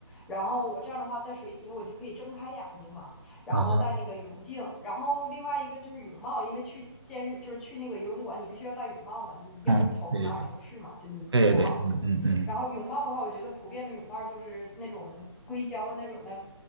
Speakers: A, in the centre; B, on the right (about 65°).
A: 然后我这样的话，在水底下我就可以睁开眼睛嘛，然后戴那个泳镜，
B: 啊，
A: 然后另外一个就是泳帽，因为去健身就是去那个游泳馆，你必须要戴泳帽嘛，你要不头发哪儿哪儿都是嘛，
B: 嗯，对对对
A: 就不好嘛。
B: 对对对，嗯嗯嗯，
A: 然后泳帽的话，我觉得普遍的泳帽就是那种硅胶的那种的，